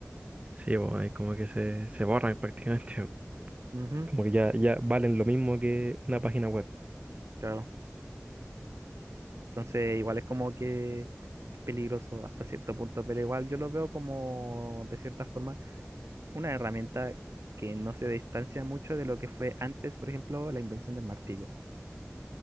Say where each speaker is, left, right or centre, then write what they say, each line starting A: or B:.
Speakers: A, on the right; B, on the right.
A: Sí, pues ahí como que se, se borran prácticamente.
B: Ujú,
A: Como que ya, ya valen lo mismo que una página web.
B: claro. Entonces, igual es como que es peligroso hasta cierto punto, pero igual yo lo veo como, de cierta forma, una herramienta que no se distancia mucho de lo que fue antes, por ejemplo, la invención del martillo.